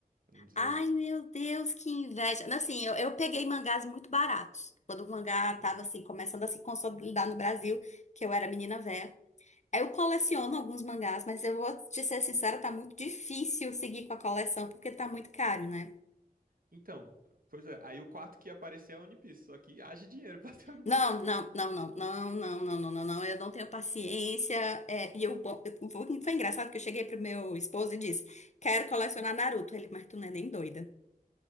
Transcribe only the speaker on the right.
Pra não dizer.
o-
Aham.
Então, pois é, aí o quarto que ia aparecer é o One Piece, só que haja dinheiro <laughs> pra ter o One
Piece.